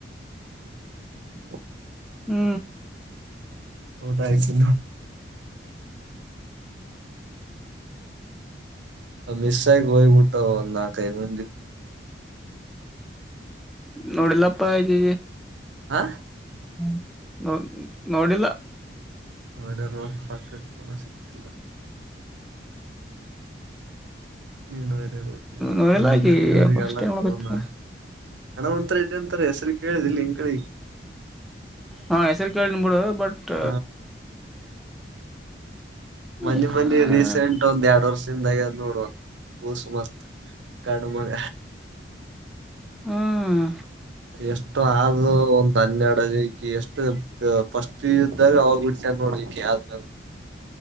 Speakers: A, on the right; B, in the centre.
A: <inaudible>
B: ಹ್ಮ್
A: ಊಟ ಆಯತು ಮಿಸ್ ಆಯ ಹಯ ಊಟ್ಟ ನಾಲ್ಕ ಐದು ಮಂದಿ
B: ನೋಡಿಲ್ಲಪ್ಪ ಹಗೆ
A: ಹಾ
B: ಹ್ಮ ನ ನೋಡಿಲ್ಲ
A: ಆಡಫಾ ತಸಿಲ್ಲ ನೀನು ಎಡ ಗತ್ತಿಲ್ಲ
B: ನೋಡಿಲ್ಲ
A: ಗುನ್ನ
B: ಆಕಿ
A: ಕರಿಗ ಅವ್ರರಿಗೆ
B: ಫಸ್ಟ್
A: ಎಲ್ಲ
B: ಟೈಮ್ ನೋಡಕತ್ತೀನಿ
A: ಕೋನನ ಒಂ ತಾರೆ ಹೆಸರು ಕೇಳಿದ ಇಲ್ಲಿ ಹಂ ಕಡೆ
B: ಹಾ ಹೆಸರು ಕೇಳನ್ ಬಿಡು ಬಟ್
A: ಆ ಮನಿ
B: ಯಾರ್
A: ಮನಿ ರೀಸೆಂಟ್ ಒಂದ್ ಎರಡ್ ವರ್ಷದಿಂದಾಗ ಅ ನೋಡುವದು ವೋಸು ಮಸ್ತ್ ಕಾಡು ಮಗ
B: ಹ್ಮ್
A: ಎಷ್ಟು ಆದೋ ಒಂದ್ ಹನ್ನೆಡ್ ಆಕಿ ಎಷ್ಟು ಫಸ್ಟ್ ಪಿಯು ಇದ್ದಾಗ ಅವಾಗ ಹುಟ್ಸ್ಯನ್ ನೋಡ ಇಕಿ ಆದ್ಮ್ಯಾಗ